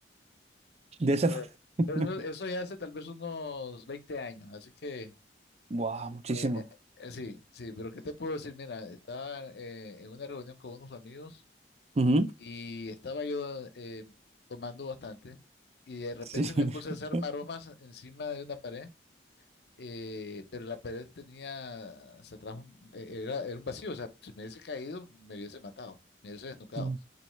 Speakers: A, on the right (about 35°); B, on the left (about 65°).
A: De esa...
B: pero,
A: <laughs>
B: pero eso, eso ya hace tal vez unos 20 años, así que...
A: Buah, muchísimo.
B: eh, eh, eh, Sí, sí, pero ¿qué te puedo decir? Mira, estaba eh, en una reunión con unos amigos
A: ujú,
B: y estaba yo eh, tomando bastante y de repente
A: Sí.
B: me puse a hacer
A: <laughs>
B: maromas encima de una pared, eh, pero la pared tenía, se atrajo, un- eh, era, era un vacío, o sea, si me hubiese caído me hubiese matado, me hubiese desnucado.
A: Mm,